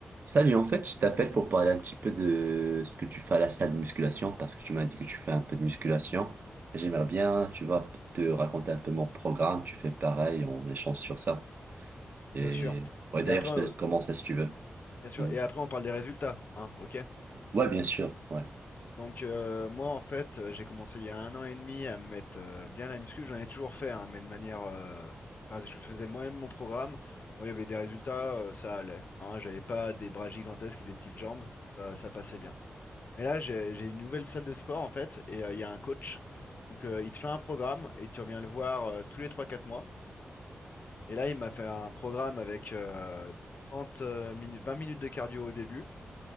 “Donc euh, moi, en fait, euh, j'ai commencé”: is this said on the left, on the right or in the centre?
Left